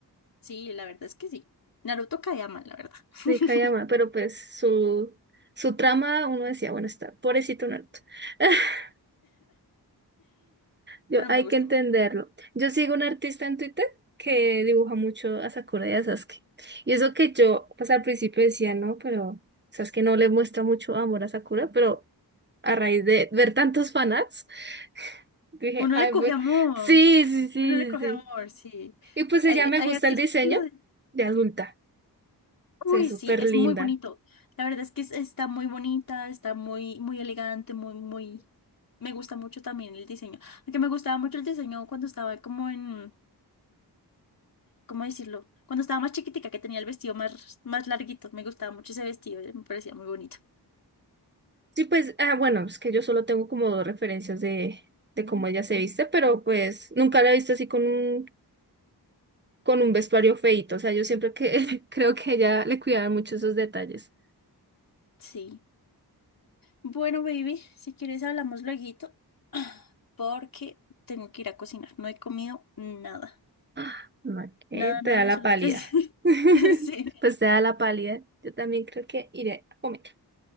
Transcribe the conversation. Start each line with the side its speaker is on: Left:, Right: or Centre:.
Left: Sí, la verdad es que sí. Naruto caía mal, la verdad.
Right: de
Left: <laughs>
Right: Kayama, pero pues su, su trama, uno decía, bueno, está pobrecito Naruto. <laughs> Yo,
Left: Pero
Right: hay
Left: me gusta
Right: que entenderlo.
Left: mucho.
Right: Yo sigo un artista en Twitter que dibuja mucho a Sakura y a Sasuke. Y eso que yo, pues al principio decía, no, pero Sasuke no le muestra mucho amor a Sakura, pero a raíz de ver tantos fanarts, <laughs> dije,
Left: Uno
Right: ay,
Left: le coge
Right: pues,
Left: amor.
Right: sí, sí, sí,
Left: Uno le coge
Right: sí. sí".
Left: amor, sí.
Right: Y pues
Left: Hay,
Right: ella me
Left: hay
Right: gusta
Left: artistas
Right: el diseño
Left: que lo... de-
Right: de adulta,
Left: Uy,
Right: se ve súper
Left: sí, es
Right: linda.
Left: muy bonito. La verdad es que es- está muy bonita, está muy, muy elegante, muy, muy... Me gusta mucho también el diseño. Aunque me gustaba mucho el diseño cuando estaba como en... ¿cómo decirlo? Cuando estaba más chiquitica, que tenía el vestido más, más larguito, me gustaba mucho ese vestido, eh, me parecía muy bonito.
Right: Sí, pues, ah, bueno, es que yo solo tengo como dos referencias de, de cómo ella se viste, pero pues nunca la he visto así con un, con un vestuario feíto. O sea, yo siempre que <laughs> creo que ella le cuidaba mucho esos detalles.
Left: Sí. Bueno, baby, si quieres hablamos lueguito, <clears throat> porque tengo que ir a cocinar. No he comido nada.
Right: Ah, no, que
Left: Nada,
Right: te
Left: nada,
Right: da
Left: ya
Right: la
Left: son
Right: pálida.
Left: las tres. <laughs>
Right: <laughs>
Left: Sí.
Right: Pues te da la pálida. Yo también creo que iré a comer.